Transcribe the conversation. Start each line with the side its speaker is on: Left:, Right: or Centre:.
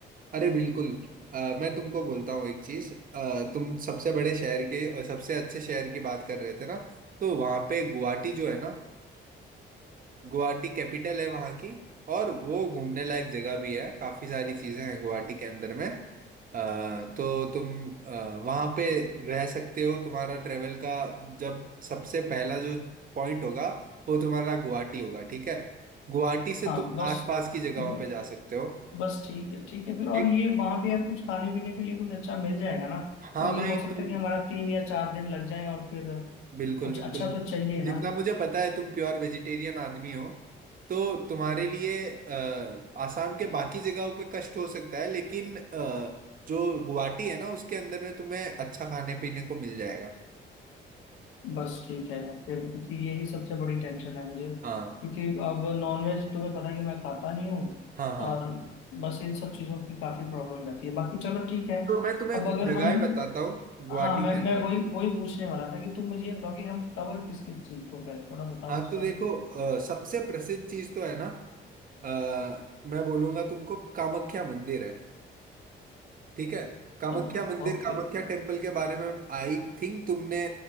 Right: अरे बिल्कुल अ, मैं तुमको बोलता हूँ एक चीज अ, तुम सबसे बड़े शहर के और सबसे अच्छे शहर की बात कर रहे थे ना तो वहाँ पे गुवाहाटी जो है ना गुवाहाटी कैपिटल है वहाँ की और वो घूमने लायक जगह भी है काफी सारी चीजें हैं गुवाहाटी के अंदर में अ, तो तुम आ, वहाँ पे रह सकते हो तुम्हारा ट्रेवल का जब सबसे पहला जो पॉइंट होगा वो तुम्हारा गुवाहाटी होगा ठीक है गुवाहाटी से
Left: हाँ
Right: तुम
Left: बस
Right: आसपास की जगहों
Left: ब,
Right: पे जा सकते हो
Left: बस ठीक है ठीक है फिर
Right: ठीक
Left: और ये वहां पे यार कुछ खाने पीने के लिए कुछ अच्छा मिल जाएगा ना
Right: हाँ
Left: क्योंकि
Right: भाई
Left: हो सकता
Right: तुम
Left: है कि हमारा तीन या चार दिन लग जाए और फिर
Right: बिल्कुल
Left: कुछ
Right: बिल्कुल
Left: अच्छा तो चाहिए
Right: जितना
Left: ना
Right: मुझे पता है तुम प्योर वेजिटेरियन आदमी हो तो तुम्हारे लिए अ, आसाम के बाकी जगहों पे कष्ट हो सकता है लेकिन अ, जो गुवाहाटी है ना उसके अंदर में तुम्हें अच्छा खाने पीने को मिल जाएगा
Left: बस ठीक है फिर क्योंकि यही सबसे बड़ी टेंशन है मुझे क्योंकि
Right: हाँ
Left: अब नॉनवेज तुम्हें पता है कि मैं खाता नहीं हूँ
Right: हाँ हाँ
Left: और बस इन सब चीज़ों की काफ़ी प्रॉब्लम रहती है बाकी चलो ठीक है
Right: तो मैं तुम्हें
Left: अब
Right: कुछ
Left: अगर
Right: जगहें
Left: हम
Right: बताता हूँ गुवाहाटी
Left: हाँ मैं
Right: के अंदर
Left: मैं वही
Right: में।
Left: वही पूछने वाला था कि तुम मुझे ये बताओ कि हम कवर किस किस चीज़ को करें थोड़ा बताओ
Right: हाँ
Left: इस
Right: तो
Left: बारे
Right: देखो
Left: में
Right: अ, सबसे प्रसिद्ध चीज तो है ना अ, मैं बोलूंगा तुमको कामाख्या मंदिर है ठीक है कामाख्या
Left: अरे
Right: मंदिर
Left: ओके
Right: कामाख्या टेम्पल के बारे में आई थिंक तुमने